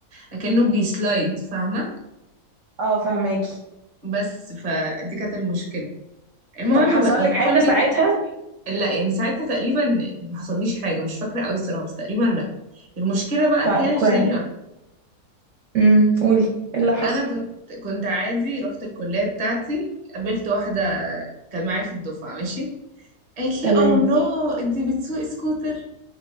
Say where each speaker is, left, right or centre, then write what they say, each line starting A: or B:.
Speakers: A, on the right; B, on the right.
A: اكنه بيسلايد فاهمه
B: اه فهماكي
A: بس فدي كانت المشكله المهم
B: طب حصل
A: بقى هدخلك
B: لك حاجة ساعتها
A: لا يعني ساعتها تقريبا ما حصليش حاجه مش فاكره قوي الصراحه بس تقريبا لا المشكله بقى
B: طيب
A: كانت
B: كويس
A: في ثانيه واحده
B: امم قولي ايه اللي حصل
A: انا كنت كنت عادي رحت الكليه بتاعتي قابلت واحده كانت معايا في الدفعه ماشي قالت
B: تمام
A: لي الله انت بتسوقي سكوتر